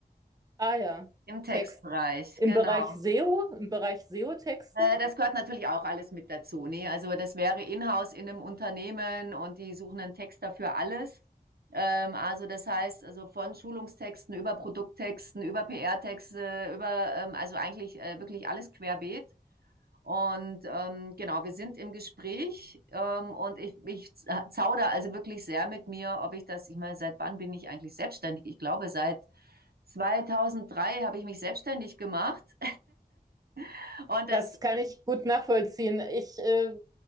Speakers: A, on the right (about 20°); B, on the right (about 70°).
A: Ah ja,
B: im Textbereich,
A: Texten. Im
B: genau.
A: Bereich SEO, im Bereich SEO-Texten,
B: Äh, das gehört natürlich auch alles mit dazu, ne? Also, das wäre in-house in einem Unternehmen und die suchen einen Texter für alles. Ähm, also, das heißt, also, von Schulungstexten über Produkttexten, über PR-Texte, über, ähm also, eigentlich, äh, wirklich alles querbeet. Und, ähm, genau, wir sind im Gespräch, ähm, und ich ich za zaudere also wirklich sehr mit mir, ob ich das ich meine, seit wann bin ich eigentlich selbstständig? Ich glaube, seit 2003 habe ich mich selbstständig gemacht <laughs> und das
A: das kann ich gut nachvollziehen. Ich äh,